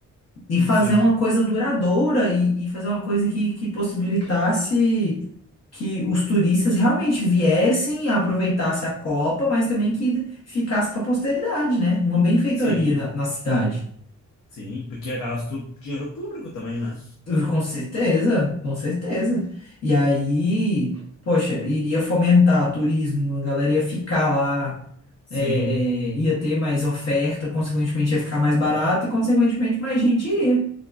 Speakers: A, on the left; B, on the left.
A: e fazer
B: sim,
A: uma coisa duradoura e, e fazer uma coisa que, que possibilitasse que os turistas realmente viessem, aproveitassem a Copa, mas também que ficasse para a posteridade, né? Uma benfeitoria
B: sim.
A: na, na cidade.
B: Sim, porque é gasto dinheiro público também, né?
A: Com certeza, com certeza. E aí, poxa, iria fomentar turismo, a galera ia ficar lá.
B: Sim,
A: é, é, ia ter mais oferta, consequentemente ia ficar mais barato e consequentemente mais gente iria.